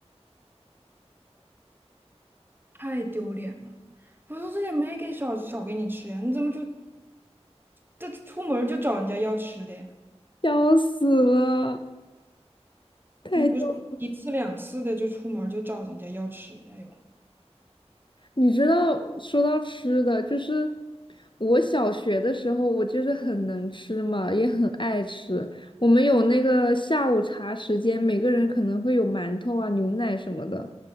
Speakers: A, on the right; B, on the left.
A: 太丢脸了！我说这也没给少少给你吃呀，你怎么就这出门儿就找人家要吃的呀？
B: 笑死了。太。
A: 那不是一次两次的就出门儿就找人家要吃的，哎呦，
B: 你知道，说到吃的，就是我小学的时候，我就是很能吃嘛，也很爱吃。我们有那个下午茶时间，每个人可能会有馒头啊、牛奶什么的。